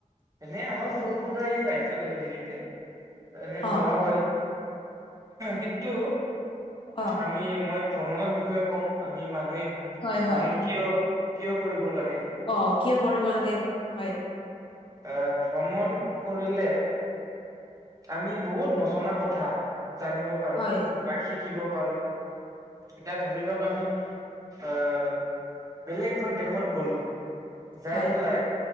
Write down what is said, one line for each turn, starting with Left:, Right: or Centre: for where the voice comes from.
Right: এনে আমাৰ সৰু সুৰা এই ৰাজ্য হেৰিতে এনে
Left: অ
Right: যোৱা হয়। কিন্তু
Left: অ
Right: আমি মই ভ্ৰমণৰ বিষয়ে কম, আমি মানুহে
Left: হয়
Right: ভ্ৰমণ
Left: হয়
Right: কিয় কিয় কৰিব লাগে।
Left: অ কিয় কৰিব লাগে, হয়।
Right: এ ভ্ৰমণ কৰিলে। আমি বহুত নজনা কথা জানিব পাৰো।
Left: হয়
Right: বা শিকিব পাৰো এতিয়া ধৰি লওক আমি আহ। বেলেগ এখন দেশত গলোঁ, যাই
Left: হয়
Right: পেলাই।